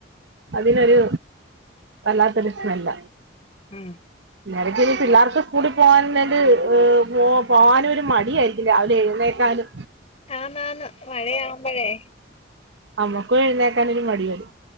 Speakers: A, on the right; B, on the left.
A: അതിനൊരു വല്ലാത്തൊരു സ്മെല്ലാ.
B: ഉും
A: എടക്ക് ഈ പിള്ളാർക്ക് സ്കൂളിൽ പോകാൻല്ത് പൊ പോവനൊരു മടിയേയിരിക്കും രാവിലെ എഴുന്നേക്കാ ന്
B: ആന്നാന്ന് മഴയാവുമ്പൊഴേ
A: നമ്മക്കും എഴുന്നേക്കാനൊരു മടിയായി